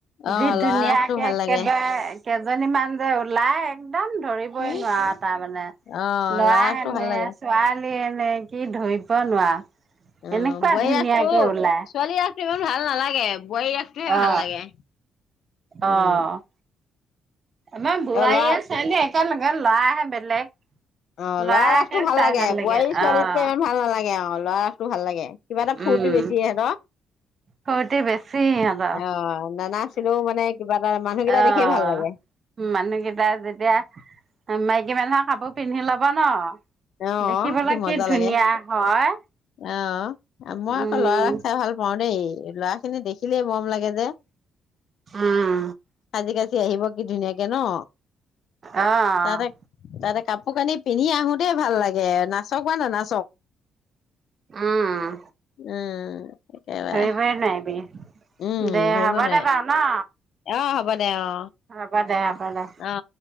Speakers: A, on the left; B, on the right.
A: অ
B: যি
A: ল'ৰা
B: ধুনীয়াকে
A: ৰাসটো ভাল
B: একেবাৰে
A: লাগে
B: কেইজনীমান যে ওলাই একদম ধৰিবই
A: উম
B: নোৱাৰা তাৰ মানে।
A: অ
B: ল'ৰায়ে
A: ল'ৰা ৰাসটো
B: নে
A: ভাল লাগে
B: ছোৱালী। এনে কি ধৰিব নোৱাৰা।
A: অ',
B: এনেকুৱা
A: বোৱাৰী
B: ধুনীয়াকে
A: ৰাসটো
B: ওলাই
A: ছোৱালী ৰাসটো ইমান ভাল নালাগে। বোৱাৰী ৰাসটোহে
B: অ
A: ভাল লাগে। উম
B: অ', আমাৰ বোৱাৰী
A: অ ল'ৰা
B: আৰু ছোৱালীয়ে <unintelligible> ল'ৰাই হে বেলেগ।
A: অ'
B: ল'ৰাকে
A: ল'ৰা ৰাসটো ভাল
B: চাই
A: লাগে, বোৱাৰী ছোৱালীৰটো
B: অ
A: ইমান ভাল নালাগে আৰু ল'ৰা ভাল লাগে। কিবা এটা ফুৰ্তি
B: উম
A: বেছি আহে ন?
B: ফূৰ্তি বেছি সিহঁতৰ
A: অ' নানাছিলেও মানে কিবা এটা মানুহকেইটা
B: অ'
A: দেখিয়ে ভাল লাগে
B: মানুহকেইটা যেতিয়া, মাইকী মানুহক কাপোৰ পিন্ধি লব ন।
A: অঁ,
B: দেখিবলৈ
A: কি মজা
B: ধুনীয়া
A: লাগে
B: হয়
A: অঁ, মই
B: উম।
A: আকৌ লৰা ৰাসহে চাই ভাল পাও দেই। ল'ৰা খিনি দেখিলে মৰম লাগে যে
B: উম
A: সাজি কাজি আহিব কি ধুনীয়াকে ন?
B: অঁ।
A: তাতে তাতে কাপোৰ কানি পিন্ধি আহো দেই ভাল লাগে, নাচক বা নানাচক।
B: উম,
A: উম একেবাৰে
B: ধৰিবই নোৱাৰিবি।
A: উম
B: দে
A: ধৰিব
B: হ'ব
A: নোৱাৰে
B: দে বাৰু ন।
A: অ' হ'ব দে অ
B: হ'ব দে। দে।
A: অ'।